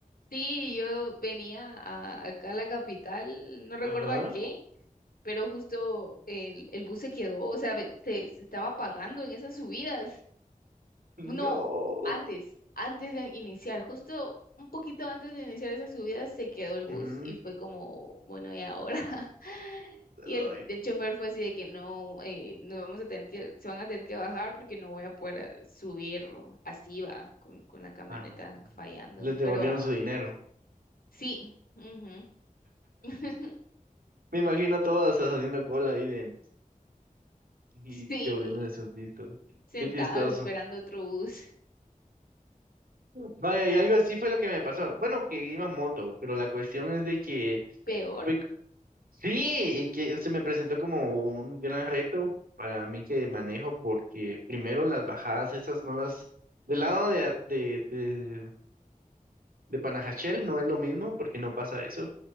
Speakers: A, on the left (about 85°); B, on the right (about 85°).
A: Sí, yo venía a- acá a la capital, no recuerdo
B: Ajá.
A: a qué, pero justo el, el bus se quedó, o sea, ve- se, se estaba apagando en esas subidas.
B: No.
A: No, antes, antes de iniciar, justo un poquito antes de iniciar esas subidas se quedó el bus
B: Ujú.
A: y fue como, bueno, ¿y ahora? <laughs>
B: Ay,
A: Y el, el chofer fue así de que no, eh, nos vamos a tener que, se van a tener que bajar porque no voy a poder eh, subir así va, con, con la camioneta
B: ah,
A: fallando,
B: Les devolvieron
A: pero baja.
B: su dinero.
A: Sí, ujú. <laughs>
B: Me imagino todas haciendo cola ahí de y
A: Sí,
B: devolviéndole sus vistos.
A: sentados
B: Qué chistoso.
A: esperando otro bus.
B: Vaya, y algo así fue lo que me pasó. Bueno, que iba en moto, pero la cuestión es de que
A: Peor,
B: fue- sí, y que se me presentó como un gran reto para mí que manejo, porque primero las bajadas esas no las, del lado de, a- de, de, de Panajachel no es lo mismo, porque no pasa eso.